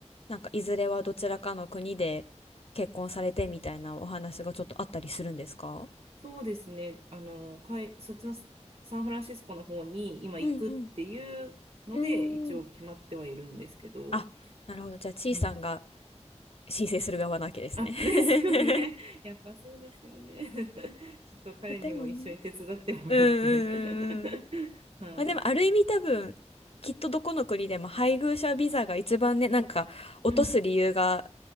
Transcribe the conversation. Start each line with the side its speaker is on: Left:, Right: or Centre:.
Left: なんか、いずれはどちらかの国で結婚されてみたいなお話がちょっとあったりするんですか
Right: そうですね。あの、かい、そっちのササンフランシスコの方に今行くっていうので、
Left: うんうん。うーん。
Right: 一応決まってはいるんですけど。
Left: あ、なるほど。じゃあ、ちいさんが
Right: うん。
Left: 申請する側なわけですね。
Right: あ、
Left: <laughs>
Right: <laughs> ですよね。やっぱそうですよね。<laughs> ちょっと彼にも一緒に手伝ってもらって
Left: まあ、でもね。うんうんうんうん。
Right: <laughs> はい。
Left: まあ、でも、ある意味多分、きっとどこの国でも配偶者ビザが一番ね、なんか、落とす理由が
Right: うん、